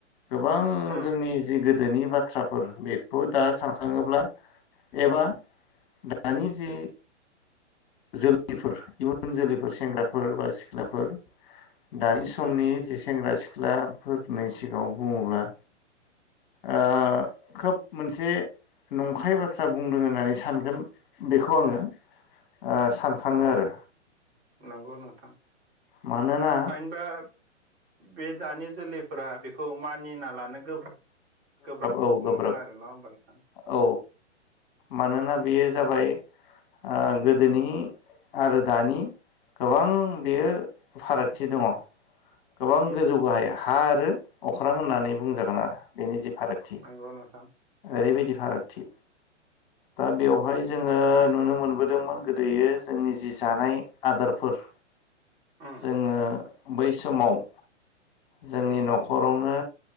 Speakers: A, on the left (about 45°); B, on the right (about 30°).
A: गोबां
B: उम
A: जोंनि जि गोदोनि बाथ्राफोर बेखौ दा सानखाङोब्ला एबा दानि जे जोलैफोर इयुन जोलैफोर सेंग्राफोर बा सिख्लाफोर दानि समनि
B: उम
A: जे सेंग्रा सिख्लाफोरनि सिगाङाव बुङोब्ला ओ खोब मोनसे नंखाय बाथ्रा बुंदों होननानै सानगोन बेखौ आङो ओ सानखाङो आरो
B: नंगौ नोंथां।
A: मानोना
B: थाइनबा बे दानि जोलैफोरा बेखौ मानिना लानो गोब्राब गोब्राब
A: औ गोब्राब
B: मोनगोन आरो नङा होमबा नोंथां?
A: औ
B: उम
A: मानोना बेयो जाबाय ओ गोदोनि आरो दानि गोबां बेयो फारागथि दङ गोबां
B: उम
A: गोजौ गाहाय हा आरो अख्रां होननानै बुंजागोन आरो बेनि जि फारागथि
B: नंगौ नोंथां
A: ओरैबायदि फारागथि दा बेवहाय जोङो नुनो मोनबोदोंमोन गोदोयै जोंनि जि जानाय आदारफोर
B: उम
A: जोङो बै सम समाव जोंनि न'खरावनो